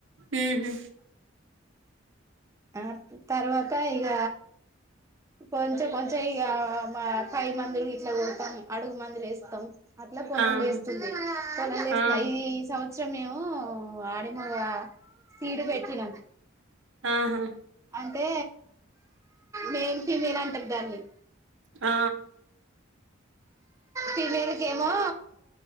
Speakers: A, on the right (about 70°); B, on the right (about 15°).
A: ఉహు
B: ఆ తర్వాత ఈగ కొంచెం కొంచెం ఇక మా పై మందులు ఇట్లా కొడతాం అడుగు మందులు వేస్తాం అట్లా పొలం
A: ఆహా
B: లేస్తుంది పొలం లేస్తుంది
A: ఆహా
B: ఈ సంవ త్సరం ఏమో ఆడిమోగ సీడు పెట్టినాం
A: ఆహా
B: అంటే మేల్ ఫీమేల్ అంటారు దాన్ని
A: ఆ
B: ఫిమేల్క ఏమో